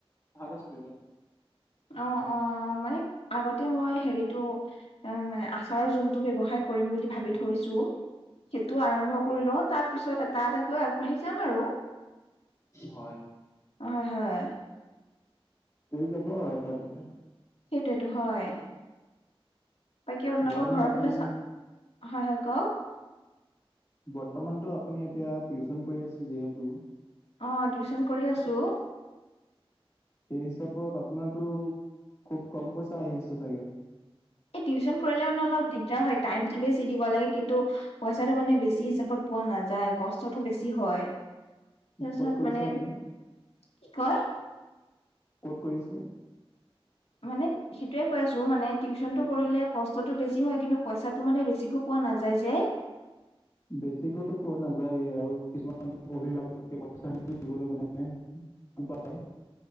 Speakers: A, on the left; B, on the left.
A: ভাল আছিলে
B: অ অ মানে আগতে মই হেৰিটো অ' মানে আচাৰৰ যোনটো ব্যৱসায় কৰিম বুলি ভাবি থৈছো। সেইটো আৰম্ভ কৰি লও তাৰ পিছত এটা এটাকৈ আগবাঢ়ি যাম আৰু।
A: হয়
B: হয়, হয়।
A: হৈ যাব আৰু এটা দুটা
B: সেইটোৱেতো হয় বাকী আপোনালোকৰ
A: বৰ্তমান
B: ঘৰৰ
A: আপুনি
B: ফালে চা হয় হয় কওক
A: বৰ্তমানটো আপুনি এতিয়া টিউচন কৰি আছে যিহেতু
B: অ টিউচন কৰি আছো
A: সেই হিচাপত আপোনাৰটো খুব কম পইচা আহি আছে চাগে।
B: এই টিউচন কৰিলে মানে অলপ দিগদাৰ হয় টাইমটো বেছি দিব লাগে কিন্তু পইচাটো মানে বেছি হিচাপত পোৱা নাযায় কষ্টটো বেছি হয় তাৰপিছত
A: ক'ত কৰিছে
B: মানে
A: আপুনি
B: কি কয়
A: ক'ত কৰিছে
B: মানেত সেইটোয়ে কৈ আছো মানে টিউচনটো কৰিলে কষ্টটো বেছি হয় কিন্তু পইচাটো মানে বেছিকৈ পোৱা নাযায় যে
A: বেছিকেতো পোৱা নাযায় আৰু কিছুমান অভিভাৱকে পইচা খিনি দিবলৈ মানে টান পায়